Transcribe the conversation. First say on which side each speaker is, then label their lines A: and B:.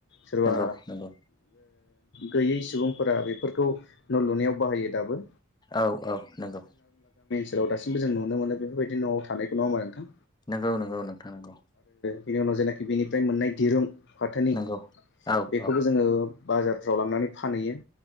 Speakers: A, on the left (about 60°); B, on the left (about 20°).
A: सोरबा
B: नंगौ नंगौ
A: गैयै सुबुंफोरा बेफोरखौ न' लुनायाव बाहायो दाबो
B: औ औ नंगौ
A: जोलाव दासिबो जों नुनो मोनो बेफोरबायदि न'आव थानाय नङा आरो नोंथां
B: नोंगौ नोंगौ नोंथां नोंगौ
A: बिनि उनाव जेनाखि बेनिफ्राय मोननाय दिरुं फाथोनि
B: नंगौ औ
A: बेखौबो
B: औ
A: जोङो बाजारफ्राव लांनानै फानहैयो